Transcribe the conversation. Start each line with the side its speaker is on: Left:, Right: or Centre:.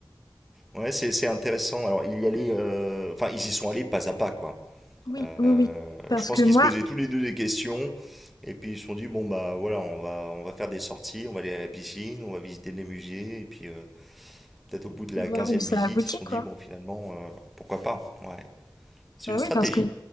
Centre: Ouais, c'est c'est intéressant. Alors, il y allait, euh, enfin, ils y sont allés pas à pas, quoi.
Left: Oui,
Centre: Euh,
Left: oui, oui. Parce
Centre: je pense
Left: que
Centre: qu'ils
Left: moi,
Centre: se posaient tous les deux des questions, et puis ils se sont dit, bon, bah voilà, on va, on va faire des sorties, on va aller à la piscine, on va visiter les musées, et puis euh, peut-être au bout de
Left: je
Centre: la
Left: vais voir
Centre: quinzième
Left: où ça
Centre: visite,
Left: aboutit,
Centre: ils se sont
Left: quoi.
Centre: dit, bon, finalement, euh, pourquoi pas? Ouais, c'est
Left: Bah
Centre: une
Left: oui,
Centre: stratégie.
Left: parce que